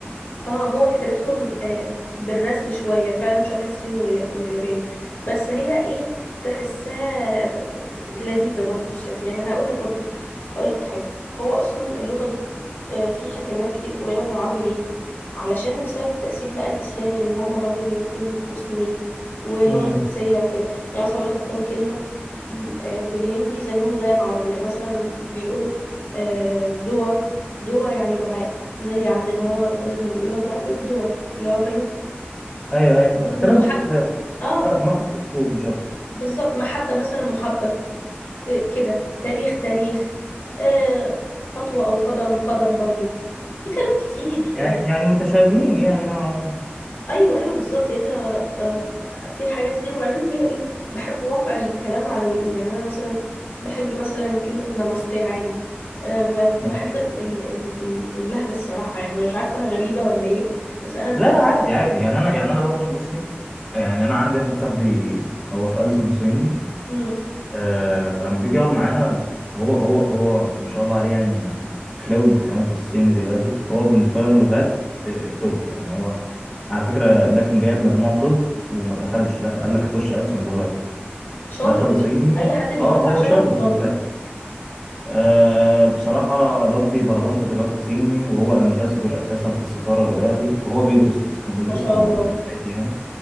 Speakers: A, on the left (about 55°); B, in the centre.
A: اه هو كتابتهم آه، بالرسم شوية فعلا شبه الصيني واليا- والياباني بس هي ايه تحسها لذيذة برضو في الشكل يعني هقولك برضو هقولك حاجة هو أصلا اللغة دي آه، فيها كلمات كتير قريبة من العربي ليه؟ علشان بسبب التأثير بقى الإسلامي لأن هم برضو الهنود فيهم مسلمين واللغة
B: امم
A: الفارسية وكده يعني مثلا هقولك كام كلمة م- آه، بالهندي زيهم زي العربي يعني مثلا بيقولوا آه، دوا دوا يعني دعاء زي عندنا هو بدل ما بيقولوها دعاء بيقولوا الدوا اللي هو فاهم
B: ايوه ايوه اختلاف
A: ومحب
B: بس في
A: اه
B: خ- مخرج الصوت مش اكتر
A: بالظبط محبة مثلا محبت إيه كده تاريخ تاريخ آه خطوة أو قدم قدم برضو في كلام كتير
B: يعني
A: آه
B: يعني متشابهين يعني نوعا ما
A: أيوة أيوة بالظبط يعني أنت آه في حاجات كتير وبعدين هي إيه بحب وقع الكلام على ودني يعني أنا مثلا بحب مثلا كلمة نمستي عادي آه ب-
B: يعني
A: بحب ال- ال- ال- اللهجة الصراحة يعني مش عارفة أنا غريبة ولا إيه بس أنا
B: لا لا عادي عادي يعني انا يعني انا برضو بصي يعني انا عندي واحد صاحبي هو في ألسن صيني
A: بقى
B: آه، فلما بيجي يقعد معانا هو هو هو ما شاء الله عليه يعني فلوينت كمان في الصيني دلوقتي هو بالنسبة له اللغات آه، التوب يعني هو على فكرة ده كان جايب مجموع طب وما دخلش دخل قال لك اخش ألسن لغات
A: شاطر
B: دخل
A: بجد
B: صيني
A: اي حد بيتبع
B: اه هو
A: شغفه
B: شاطر في
A: شاطر
B: اللغات آه بصراحة الواد بيبربنط دلوقتي صيني وهو امباسيدور اساسا في السفارة دلوقتي وهو بيدرس لسه احنا بندرس
A: ما شاء
B: هو
A: الله
B: قد دفعتي يعني